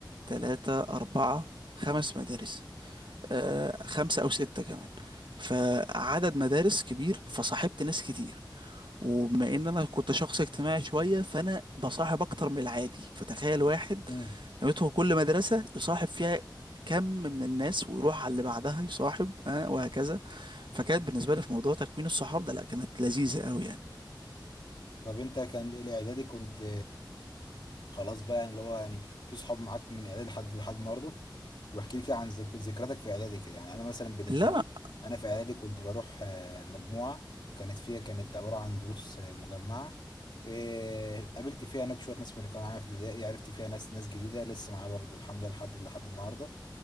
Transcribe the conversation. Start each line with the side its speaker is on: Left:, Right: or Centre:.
Right: تلاتة اربعة خمس مدارس آه خمسة او ستة كمان فعدد مدارس كبير فصاحبت ناس كتير وبما ان انا كنت شخص اجتماعي شوية فانا بصاحب اكتر من العادي فتخيل واحد
Left: امم
Right: نويته كل مدرسة يصاحب فيها كم من الناس ويروح على اللي بعدها يصاحب آه وهكذا فكانت بالنسبة لي في موضوع تكوين الصحاب ده لا كانت لذيذة قوي يعني
Left: طب انت كان الاعدادي كنت خلاص بقى يعني اللي هو يعني في صحاب معاك من اعدادي لحد لحد النهارده واحكي لي كده عن ذك- ذكرياتك في اعدادي كده يعني انا مثلا بالنسبه
Right: لا
Left: لي انا في اعدادي كنت بروح آه، مجموعه كانت فيها كانت عباره عن دروس آه، مجمعه آه، قابلت فيها هناك شويه ناس من اللي كانوا معايا في ابتدائي عرفت فيها ناس ناس جديده لسه معايا برضه الحمد لله لحد لحد النهارده